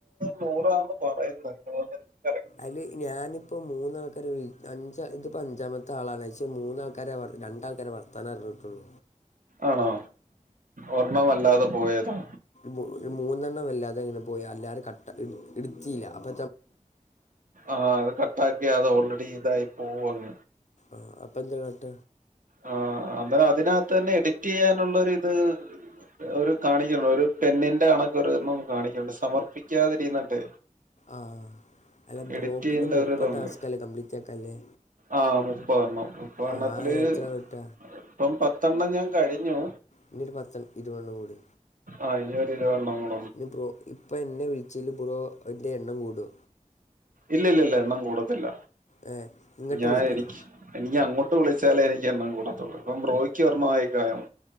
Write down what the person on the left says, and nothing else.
അല് ഞാന്. പ്പോ മൂന്നാൾക്കാർ വിൾ അഞ്ച ഇതിപ്പഞ്ചാമത്താളാണ് വശെ മൂന്നാൾക്കാരെ പർ രണ്ടാൾക്കാരെ വർത്താനർഞ്ഞിട്ടുള്ളൂ.
മു രു മൂന്നെണ്ണം വല്ലാതെ ങ്ങനെ പോയി എല്ലാരും കട്ട ഇട് ഇട്ത്തില്ല അപ്പ
ആഗ് അപ്പന്താ കാട്ട.
ആഹ് അല്ല
ബ്രോക്ഞ്
മുപ്പ
ടാസ്കലേ കംപ്ലീറ്റ് ആക്കല്ലേ.
ആ എത്ര കിട്ട
ഇന്നീരു പത്ത് ഇരുപെണ്ണം കൂടി.
ഞ് ബ്രാ ഇപ്പൊ എന്നെ വിഴിച്ചൽ ബ്രോ അതിന്റെ എണ്ണം കൂടോ.
ഏ ഇങ്ങോട്ട്
വിളിക്കണം